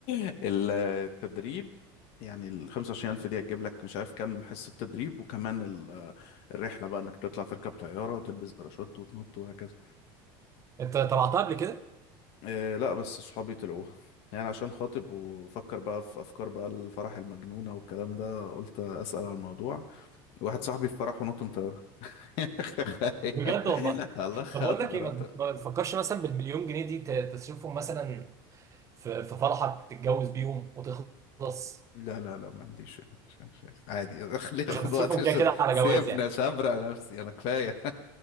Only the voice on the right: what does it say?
انت طلعتها قبل كده
بجد
والله
طب اقول لك
ايه ما ما تفكرش مثلا بالمليون جنيه دي ت- تصرفهم مثلا في في فرحك تتجوز بيهم وتخلص
مش هتصرفهم
كده كده على
جواز يعني